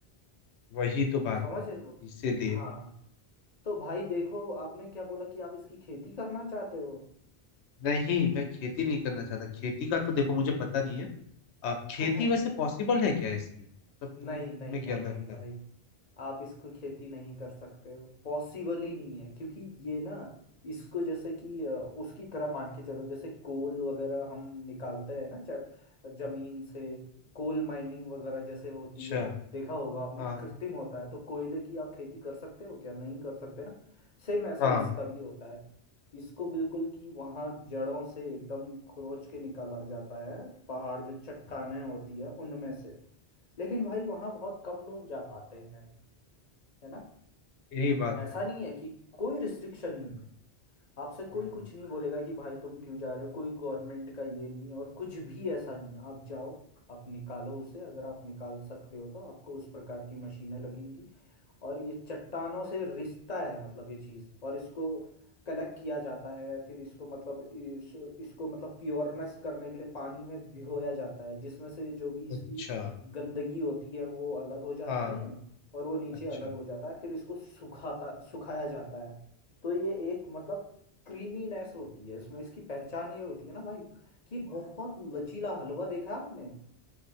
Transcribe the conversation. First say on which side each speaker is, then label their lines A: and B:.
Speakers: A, on the left; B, on the left.
A: वही तो बात
B: समझ
A: है
B: रहे हो
A: इसीलिए
B: हाँ तो भाई देखो आपने क्या बोला कि आप इसकी खेती करना चाहते हो
A: नहीं मैं खेती नहीं करना चाहता खेती का तो देखो मुझे पता नहीं है अ, खेती
B: <laughs>
A: वैसे पॉसिबल है क्या इसकी तब तुम
B: नहीं
A: तुम्हें
B: नहीं नहीं
A: क्या लगता
B: नहीं भाई
A: है
B: आप इसको खेती नहीं कर सकते हो पॉसिबल ही नहीं है क्योंकि ये ना इसको जैसे कि अ, उसकी तरह मान के चलो जैसे कोल वगैरह हम निकालते हैं ना च- जमीन से कोल माइनिंग वगैरह जैसे होती
A: अच्छा
B: है देखा होगा आपने
A: हाँ
B: कृत्रिम होता है तो कोयले की आप खेती कर सकते हो क्या नहीं कर सकते ना सेम ऐसा
A: हाँ
B: इसका भी होता है इसको बिल्कुल कि वहाँ जड़ों से एकदम खरोच के निकाला जाता है पहाड़ जो चट्टानें होती है उनमें से लेकिन भाई वहाँ बहुत कम लोग जा पाते हैं है ना
A: यही बात
B: ऐसा
A: है
B: नहीं है कि कोई रिस्ट्रिक्शन नहीं है आपसे कोई
A: हम्म
B: कुछ नहीं बोलेगा कि भाई तुम क्यों जा रहे हो कोई गवर्नमेंट का ये नहीं है और कुछ भी ऐसा नहीं है आप जाओ आप निकालो उसे अगर आप निकाल सकते हो तो आपको उस प्रकार की मशीनें लगेंगी और ये चट्टानों से रिश्ता है मतलब ये चीज और इसको कलेक्ट किया जाता है फिर इसको मतलब इस, इसको मतलब प्योरनेस करने के लिए पानी में भिगोया जाता है जिसमें से जो भी
A: अच्छा
B: इसकी गंदगी होती है वो अलग हो जाती
A: हाँ
B: है और वो नीचे
A: अच्छा
B: अलग हो जाता है फिर इसको सुखाता सुखाया जाता है तो ये एक मतलब क्रीमीनेस होती है इसमें इसकी पहचान ये होती है ना भाई कि बहुत लचीला हलवा देखा है आपने